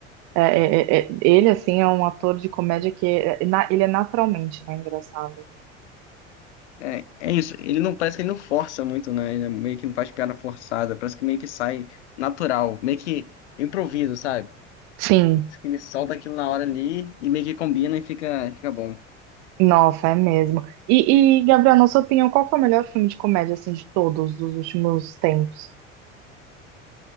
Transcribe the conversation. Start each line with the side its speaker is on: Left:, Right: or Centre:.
Right: É, é, é, é- ele, assim, é um ator de comédia que é- é na- ele é naturalmente, né, engraçado.
Left: É, é isso, ele não parece que ele não força muito, né? Ele é meio que não faz piada forçada, parece que meio que sai natural, meio que improviso, sabe?
Right: Sim.
Left: Parece que Ele solta aquilo na hora ali e meio que combina e fica, fica bom.
Right: Nossa, é mesmo. E, e, Gabriel, na sua opinião, qual que é o melhor filme de comédia, assim, de todos, dos últimos tempos?